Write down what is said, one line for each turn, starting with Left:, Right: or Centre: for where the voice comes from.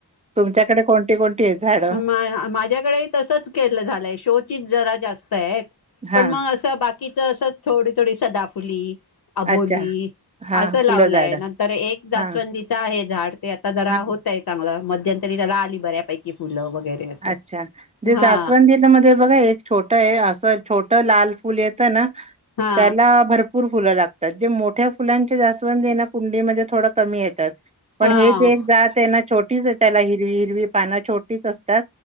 Right: तुमच्याकडे कोणती कोणती आहेत झाडं
Left: हा मा माझ्याकडे तसच केलं झालंय शोचि जरा जास्त. स्त
Right: हा
Left: पण मग असं बाकीच अस थोडी थोडी सदाफुली. अबोली
Right: अच्छा हा
Left: असं लावलंय
Right: फुलं झाडं
Left: नंतर एक जास्वंदीच
Right: हा
Left: आहे झाड. ते आता जरा
Right: हा
Left: होतय चांगलं मध्यंतरी त्याला आली बऱ्यापैकी फुलं वगैरे असं
Right: अच्छा
Left: हा
Right: जास्वंदीन मध्ये बघा एक छोट आहे असं छोट लाल फूल येत ना
Left: हा
Right: त्याला भरपूर भरपूर फुलं लागतात जे मोठ्या फुलांचे जास्वद हे ना कुंडीमध्ये थोडं कमी येतात. पण
Left: हा
Right: हे जे जात आहे ना छोटीच त्याला हिरवी हिरवी पानं छोटीच असत त